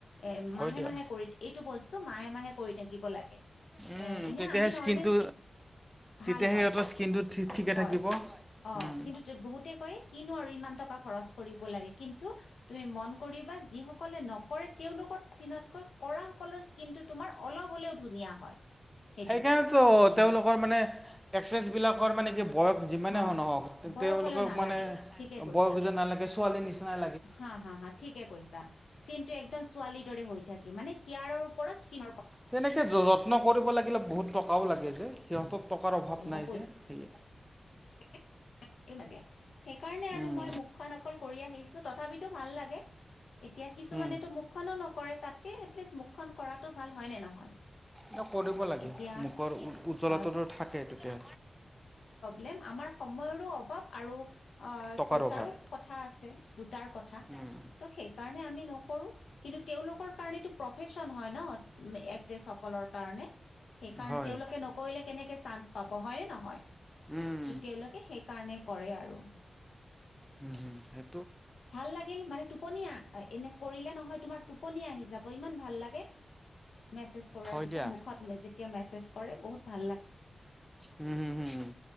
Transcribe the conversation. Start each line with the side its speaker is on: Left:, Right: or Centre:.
Left: এ
Centre: হয়
Left: মাহে
Centre: দিয়া
Left: মাহে কৰি এইটো বস্তু মাহে মাহে কৰি থাকিব লাগে।
Centre: উম
Left: এ এনে
Centre: তেতিয়াহে
Left: আমি নৰ্মেল
Centre: স্কিনটো তেতিয়াহে
Left: ভাল হয়।
Centre: সিহঁতৰ স্কিনটো ঠিকে
Left: হয়
Centre: থাকিব
Left: অ
Centre: উম
Left: কিন্তু বহুতে কয়। কিনো আৰু ইমান টকা খৰচ কৰিব লাগে। কিন্তু তুমি মন কৰিবা যিসকলে নকৰে তেওঁ লোকৰ স্কিনতকৈ কৰাসকলৰ স্কিনটো তোমাৰ অলপ হ'লেও ধুনীয়া হয়। সেইটো
Centre: সেইকাৰণেতো
Left: কন্টিনিউ
Centre: তেওঁলোকৰ মানে এক্ট্ৰেছবিলাক ৰ মানে কি বয়স যিমানে
Left: হা
Centre: হ- নহওঁক,
Left: বয়স
Centre: তেওঁলোকক
Left: হ'লেও নালাগে
Centre: মানে
Left: ঠিকে কৈছা
Centre: বয়স যেন নালাগে, ছোৱালীৰ নিচিনা
Left: হা - হা - হা। ঠিকে কৈছা। স্কিনটো একদম ছোৱালীৰ দৰে হৈ থাকে। মানে কেয়াৰৰ ওপৰত স্কিন
Centre: তেনেকে যত্ন কৰিব লাগ গিলে বহুত টকাও লাগে যে। সিহঁত টকাৰ অভাৱ
Left: পইচা
Centre: নাই
Left: পইচাটো
Centre: যে, সেয়ে।
Left: <inaudible> লাগে। সেইকাৰণে আৰু
Centre: উম
Left: মই মুখখন অকল কৰি আহিছোঁ তথাপিতো ভাল লাগে। এতিয়া কিছুমানেতো
Centre: উম
Left: মুখখনো নকৰে। তাতকে মুখখন কৰাটো ভাল, হয় নে নহয়?
Centre: ন কৰিব লাগে।
Left: এতিয়া
Centre: মুখৰ উজ্জ্বলতাটো
Left: অ',
Centre: থাকে তেতিয়া
Left: লে আমাৰ সময়ৰো অভাৱ আৰু অ'
Centre: টকাৰ
Left: পইচাৰো
Centre: অভাৱ
Left: কথা আছে। দুটাৰ কথা।
Centre: উম
Left: তো সেইকাৰ ণে আমি নকৰোঁ। কিন্তু তেওঁলোকৰ কাৰণেতো প্ৰফেশন হয় ন', এক্ট্ৰেছসকলৰ কাৰণে। সেইকাৰণে
Centre: হয়
Left: তেওঁলোকে নকৰিলে কেনেকে চান্স পাব, হয় নে নহয়? তো
Centre: উম
Left: তেওঁলোকে সেই কাৰণে কৰে আৰু।
Centre: উম - হুম সেই
Left: ভাল লাগিল, মানে টোপনী আ এনে কৰিলে নহয়, তোমাৰ টোপনি আহি যাব, ইমান ভাল লাগে। মেছেজ কৰাৰ
Centre: হয়
Left: পিছত,
Centre: দিয়া
Left: মুখত মে- যেতিয়া মেছেজ কৰে, বহুত ভাল লাগে।
Centre: ভাল লাগে। উম হুম হুম